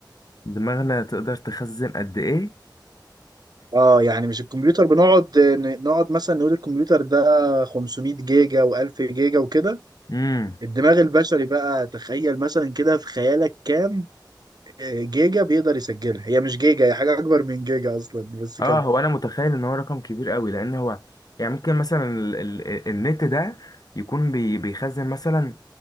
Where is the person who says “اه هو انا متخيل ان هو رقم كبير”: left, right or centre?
Left